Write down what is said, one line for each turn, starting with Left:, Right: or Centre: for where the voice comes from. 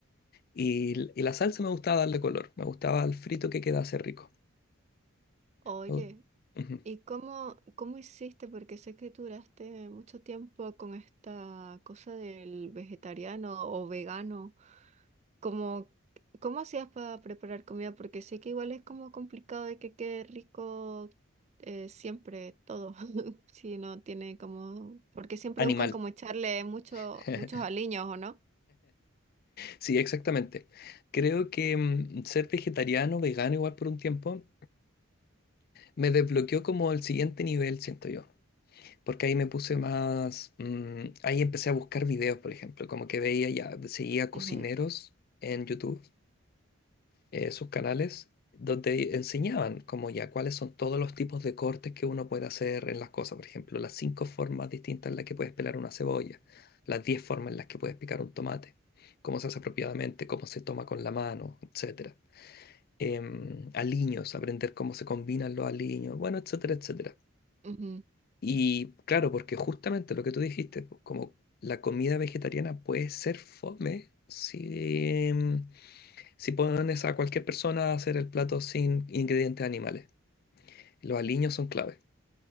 Left: Y, l- y la salsa me gustaba darle color, me gustaba el frito que quedase rico.
Right: Oye,
Left: Me gu- Ujú.
Right: ¿Y cómo, cómo hiciste? Porque sé que duraste mucho tiempo con esta cosa del vegetariano o vegano. ¿Cómo, cómo hacías para preparar comida? Porque sé que igual es como complicado de que quede rico eh, siempre todo. <laughs> Si no tiene como... Porque siempre
Left: Animal.
Right: buscan como echarle mucho,
Left: <laughs>
Right: muchos aliños, ¿o no?
Left: Sí, exactamente. Creo que mm, ser vegetariano, vegano igual por un tiempo, me desbloqueó como el siguiente nivel, siento yo. Porque ahí me puse más, mm, ahí empecé a buscar videos, por ejemplo, como que veía ya, seguía cocineros
Right: Ujú,
Left: en YouTube eh, sus canales donde enseñaban como ya cuáles son todos los tipos de cortes que uno puede hacer en las cosas. Por ejemplo, las cinco formas distintas en las que puedes pelar una cebolla, las diez formas en las que puedes picar un tomate, cómo se hace apropiadamente, cómo se toma con la mano, etcétera. Em, aliños, aprender cómo se combinan los aliños, bueno, etcétera, etcétera.
Right: ujú.
Left: Y claro, porque justamente lo que tú dijiste, pues, como la comida vegetariana puede ser fome si em, si pones a cualquier persona a hacer el plato sin ingredientes animales, los aliños son clave.